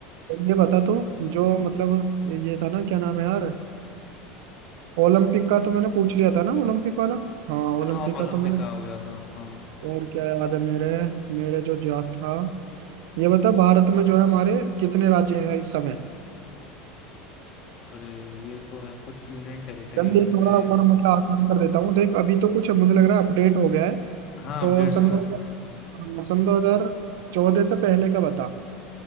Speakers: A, on the right; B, on the left.
A: तो ये बता तो जो मतलब ये था ना क्या नाम है यार ओलंपिक का तो मैंने पूछ लिया था ना ओलंपिक वाला हाँ ओलंपिक
B: हाँ
A: का
B: ओलंपिक
A: तो मैंने
B: का हो गया था हाँ
A: और क्या याद है मेरे मेरे जो याद था ये बता भारत में जो है हमारे कितने राज्य हैं इस समय
B: अरे ये तो है कुछ यूनियन टेरिटरी
A: चल ये
B: बन
A: थोड़ा
B: गए
A: और मतलब आसान कर देता हूँ देख अभी तो कुछ मुझे लग रहा है अपडेट हो गया है
B: हाँ
A: तो
B: अपडेट
A: सन
B: हुआ
A: दो
B: है
A: हजार सन दो हजार चौदह से पहले का बता